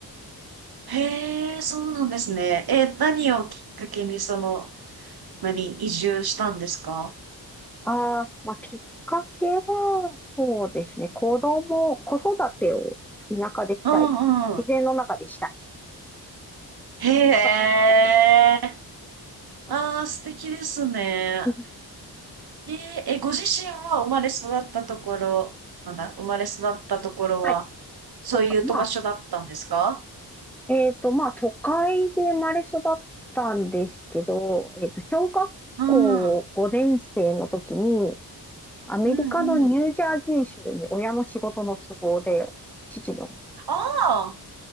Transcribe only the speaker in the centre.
ああ、まあ、きっかけは、そうですね。子供、子育てを田舎でしたいみたいな。
自然の中でしたい。
のがきっかけです。はい。
<laughs>
はい。
とかまあ、えっと、まあ、都会で生まれ育ったんですけど、えっと、小学校5年生の時に、
アメリカのニュージャージー州に親の仕事の都合で、
父の